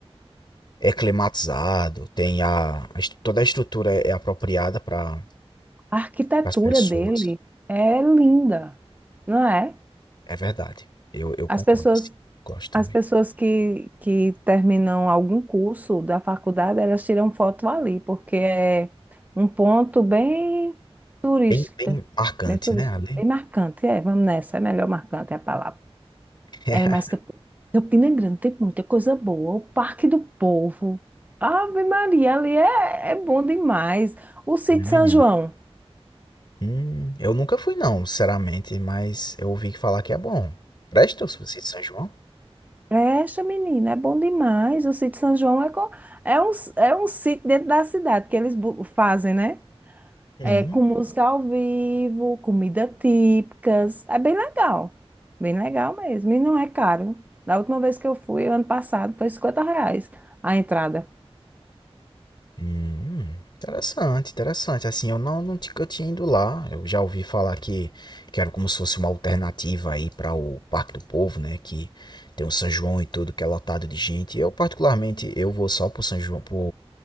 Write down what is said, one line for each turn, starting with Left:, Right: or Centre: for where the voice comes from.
Left: é climatizado, tem a, a est- toda a estrutura é é apropriada para
Right: A arquitetura
Left: as pessoas.
Right: dele é linda, não é?
Left: É verdade. Eu eu concordo,
Right: As pessoas
Left: assim. Gosto
Right: As
Left: também.
Right: pessoas que, que terminam algum curso da faculdade, elas tiram foto ali, porque é um ponto bem turística,
Left: Bem bem marcante,
Right: bem turístico,
Left: né, ali.
Right: bem marcante. É, vamos nessa, é melhor marcante é a palavra.
Left: <laughs>
Right: É mais que Campina é Grande tem muita coisa boa. O Parque do Povo. Ave Maria, ali é, é bom demais. O Sítio
Left: Mas menina,
Right: São João.
Left: hum, eu nunca fui não, sinceramente, mas eu ouvi falar que é bom. Presta os doces de São João?
Right: Presta, menina, é bom demais. O sítio São João é, co- é um, é um sítio dentro da cidade que eles bu- fazem, né?
Left: Hum,
Right: É, com música ao vivo, comida típicas. É bem legal. Bem legal mesmo. E não é caro. Da última vez que eu fui, ano passado, foi cinquenta reais a entrada.
Left: hum, interessante, interessante. Assim, eu não não nunca tinha ido lá. Eu já ouvi falar que que era como se fosse uma alternativa aí para o Parque do Povo, né, que tem o São João e tudo, que é lotado de gente. Eu particularmente, eu vou só pro São João para